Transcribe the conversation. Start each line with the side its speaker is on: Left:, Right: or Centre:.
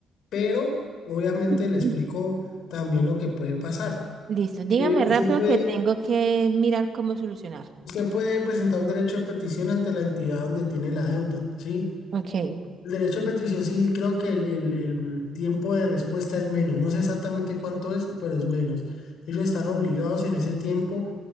Left: pero obviamente
Right: <clears throat>
Left: le explico también lo que puede pasar.
Right: Listo, dígame
Left: Eh, usted
Right: rápido
Left: puede...
Right: que tengo que mirar cómo solucionar.
Left: Usted puede presentar un derecho de petición ante la entidad donde tiene la deuda, ¿sí?
Right: Ok.
Left: El derecho de petición, sí, creo que el, el- el tiempo de respuesta es menos. No sé exactamente cuánto es, pero es menos. Ellos están obligados en ese tiempo